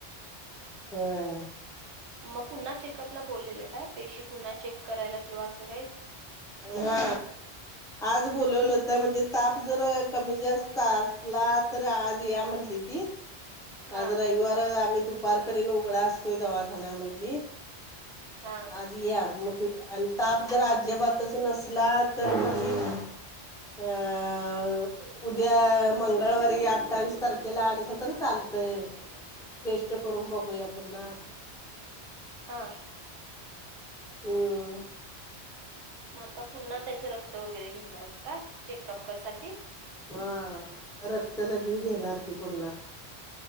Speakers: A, in the centre; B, on the right.
A: होय
B: मग पुन्हा चेकअपला बोललेलं काय पेशी पुन्हा चेक करायला किंवा असं काही
A: हा आज बोलवलं होत म्हणजे ताप जर कमी जास्त असला तर आज या म्हणली ती
B: हा
A: आज रविवार आहे आणि दुपारपर्यंत उघडा असतोय दवा खना म्हटली
B: हा
A: आज तर या मग आणि ताप जर अजिबातच नसला तर मग ठीक आहे ह उद्या मंगळवारी अठ्ठावीस तारखेला आलसा तर चाल तय टेस्ट करून बघूया पुन्हा
B: हा
A: हम्म
B: मग आता पुन्हा त्याच रक्त वगैरे घेणार का चेकअपसाठी?
A: हा रक्त लघवी घेणार की पुन्हा.